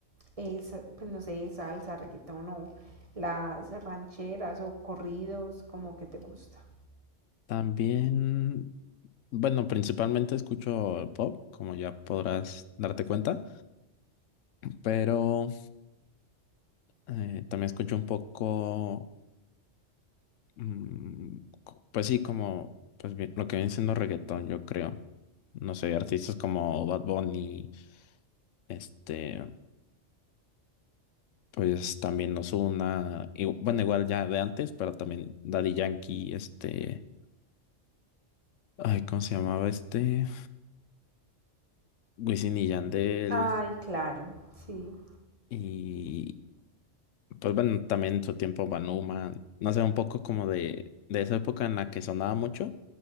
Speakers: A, on the right; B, on the left.
A: esa- pues no sé, salsa, reggaetón o las rancheras o corridos, como que te gusta.
B: También, bueno, principalmente escucho pop, como ya podrás darte cuenta, pero eh, también escucho un poco Mm, cu- Pues sí, como pues vi- lo que viene siendo reggaetón, yo creo. No sé, artistas como Bad Bunny, este, pues también Ozuna, y bueno, igual ya de antes, pero también Daddy Yankee, este, ay, ¿cómo se llamaba este? Wisin y Yandel,
A: Ay, claro, sí,
B: y pues bueno, también en su tiempo Banuma, no sé, un poco como de, de esa época en la que sonaba mucho,